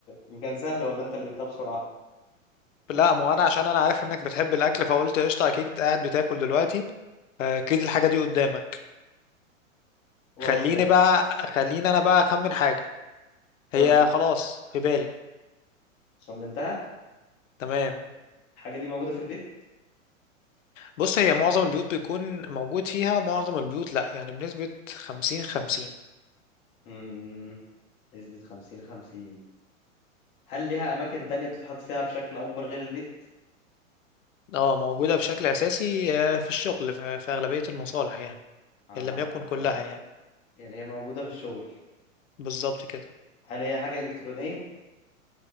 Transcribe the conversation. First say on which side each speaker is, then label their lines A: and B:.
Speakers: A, on the left; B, on the left.
A: اللي كان سهل ولا انت اللي جبتها بسرعه
B: لا ما هو أنا عشان أنا عارف إنك بتحب الأكل فقلت قشطة أكيد قاعد بتاكل دلوقتي فأكيد الحاجة دي قدامك
A: خلاص
B: خليني
A: ماشي
B: بقى خليني أنا بقى أخمن حاجة هي
A: يلا
B: خلاص في بالي
A: خمنتها
B: تمام
A: الحاجة دي موجودة في البيت
B: بص هي معظم البيوت بيكون موجود فيها معظم البيوت لا يعني بنسبة خمسين خمسين
A: مم. نسبة خمسين خمسين هل ليها أماكن تانية بتتحط فيها بشكل أكبر غير البيت؟
B: اه موجودة بشكل أساسي آه، في الشغل في في أغلبية المصالح يعني
A: آه
B: إن لم يكن كلها
A: يعني
B: يعني
A: يعني هي موجودة في الشغل
B: بالظبط كده
A: هل هي حاجة إلكترونية؟